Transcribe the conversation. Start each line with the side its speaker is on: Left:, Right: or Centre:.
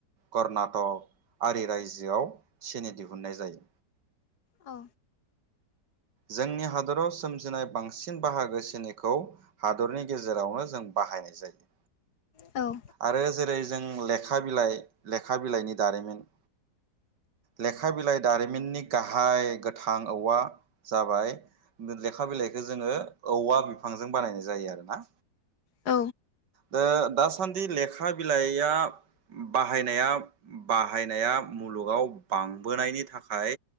Right: कर्नाटक आरि रायजोआव सेनि दिहुनन्नाय जायो।
Left: औ
Right: जोंनि हादराव सोमजिनाय बांसिन बाहागो सिनिखौ हादरनि गेजेरावनो जों बाहायनाय जायो।
Left: औ।
Right: आरो जेरै जों लेखा बिलाइ लेखा बिलाइनि दारिमिन। लेखा बिलाइ दारिमिननि गाहाय गोथां औवा जाबाय लेखा बिलाइखौ जोङो औवा बिफांजों बानायनाय जायो आरो ना।
Left: औ
Right: दा दासान्दि लेखा बिलाइआ बाहायनाया बाहायनाया मुलुगाव बांबोनायनि थाखाय